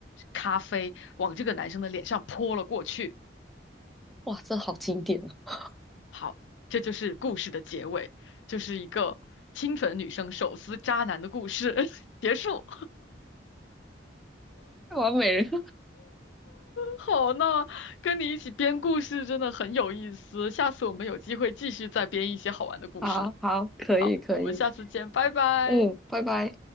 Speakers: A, on the left; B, in the centre.
A: 咖啡往这个男生的脸上泼了过去。
B: 哇，这好经典啊！
A: 好，这就是故事的结尾，就是一个清纯女生手撕渣男的故事 <laughs> 结束。
B: 哇，完美了，
A: 好，那跟你一起编故事真的很有意思，下次我们有机会继续再编一些好玩的故事。
B: <laughs> 好好，可以可以，
A: 好，我们下次见，拜拜。
B: 嗯，拜拜。